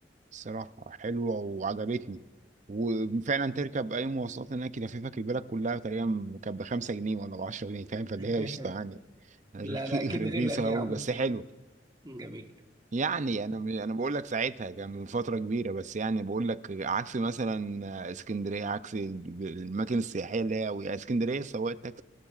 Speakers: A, on the right; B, on the right.
A: الصراحة حلوة وعجبتني وفعلا تركب أي مواصلات هناك يلففك البلد كلها تقريبا كانت بخمسة جنيه ولا بعشرة جنيه فاهم فاللي
B: <laughs>
A: هي قشطة يعني رخي-
B: لا لا أكيد
A: <laughs> رخيصة
B: غلت يا
A: أوي
B: عم
A: بس
B: في
A: حلو
B: جميل
A: يعني أنا أنا بقول لك ساعتها كان من فترة كبيرة بس يعني بقول لك عكس مثلا اسكندرية عكس الب- الأماكن السياحية اللي هي اسكندرية السواق